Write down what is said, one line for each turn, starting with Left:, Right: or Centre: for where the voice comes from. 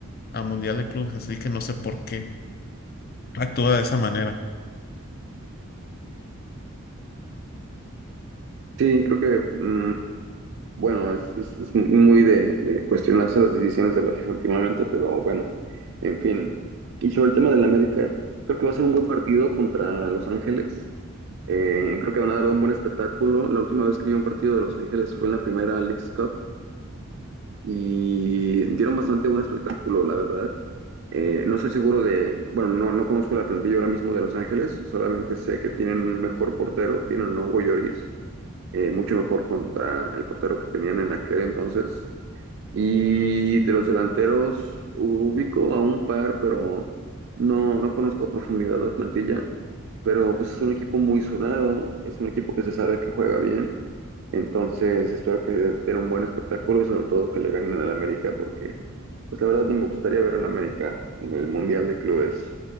Left: a Mundial de Clubes, así que no sé por qué actúa de esa manera.
Right: Sí, creo que, mm, bueno, es, es- es muy de, de cuestionarse las decisiones de la FIFA últimamente, pero bueno, en fin. Y sobre el tema del América, creo que va a ser un buen partido contra Los Ángeles. Eh, creo que van a dar un buen espectáculo. La última vez que vi un partido de Los Ángeles fue en la primera Leagues Cup y dieron bastante buen espectáculo, la verdad. Eh, no estoy seguro de, bueno, no, no conozco la plantilla ahora mismo de Los Ángeles, solamente sé que tienen un mejor portero, tienen a Hugo Lloris eh, mucho mejor contra el portero que tenían en aquel entonces. Y de los delanteros ubico a un par, pero no, no conozco a profundidad la plantilla. Pero pues es un equipo muy sonado, es un equipo que se sabe que juega bien. Entonces espero que den un buen espectáculo y sobre todo que le ganen al América porque pues la verdad no me gustaría ver al América en el Mundial de Clubes